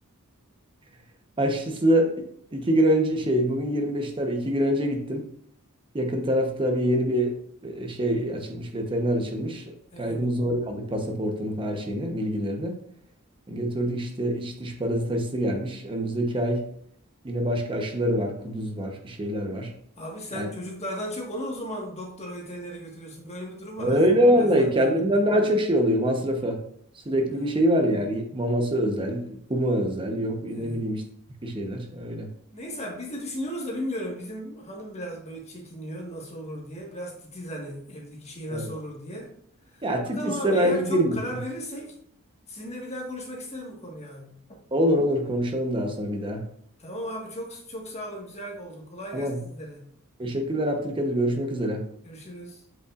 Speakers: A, on the right (about 25°); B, on the left (about 30°).
A: <laughs> Aşısı iki gün önce şey bugün 25 tabii iki gün önce gittim. Yakın tarafta bir yeni bir e, şey açılmış veteriner açılmış.
B: Evet.
A: Kaydımızı oraya aldık pasaportunu her şeyini bilgilerini. Götürdük işte iç dış parazit aşısı gelmiş. Önümüzdeki ay yine başka aşıları var. Kuduz var, bir şeyler var.
B: Abi sen
A: Yani
B: çocuklardan çok onu o zaman doktora veterinere götürüyorsun. Böyle bir durum var
A: öyle
B: aslında biraz
A: vallahi
B: da.
A: kendimden
B: <laughs>
A: daha çok şey oluyor masrafı. Sürekli
B: Ha,
A: bir şey var yani. Maması özel, kumu özel. Yok ne
B: Evet.
A: bileyim işte bir şeyler öyle.
B: Neyse abi biz de düşünüyoruz da bilmiyorum. Bizim hanım biraz böyle çekiniyor nasıl olur diye. Biraz titiz hani evdeki şey nasıl
A: Evet.
B: olur diye.
A: Ya
B: Bakalım
A: titizse
B: abi eğer
A: bence girmesin.
B: çok karar verirsek sizinle bir daha konuşmak isterim bu konuyu abi.
A: Olur olur konuşalım daha sonra bir daha.
B: Tamam abi çok çok sağ olun. Güzel oldu. Kolay
A: Tamam.
B: gelsin sizlere.
A: Teşekkürler Abdülkadir. Görüşmek üzere.
B: Görüşürüz.